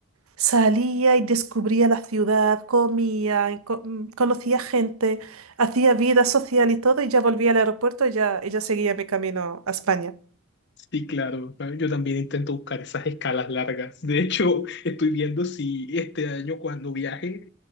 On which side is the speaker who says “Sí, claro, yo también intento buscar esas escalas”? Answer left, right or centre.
Left